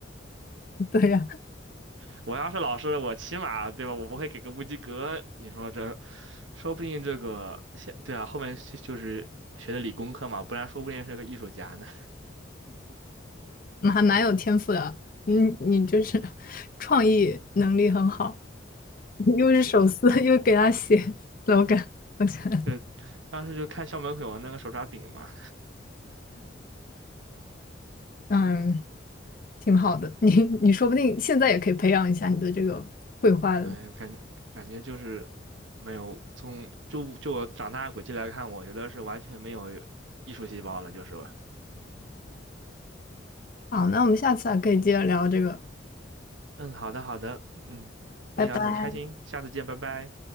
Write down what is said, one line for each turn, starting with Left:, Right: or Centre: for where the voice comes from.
Left: <laughs> 对呀、
Right: <laughs> 我要是老师，我起码对吧，我不会给个不及格，你说这说不定这个现对啊，后面就就是学的理工科嘛，不然说不定是个艺术家呢。
Left: 嗯还蛮有天赋的。你你就是创意能力很好，又是手撕，又给他写 slogan，我觉得
Right: <laughs> 呃，当时就看校门口有那个手抓饼嘛，
Left: 嗯挺好的。你你说不定现在也可以培养一下你的这个绘画。
Right: 哎，感感觉就是没有从就就我长大的轨迹来看，我觉得是完全没有艺术细胞了，就是吧。
Left: 好，那我们下次还可以接着聊这个，
Right: 嗯，好的好的，嗯，嗯可以聊得很开心，
Left: 拜拜。
Right: 下次见，拜拜。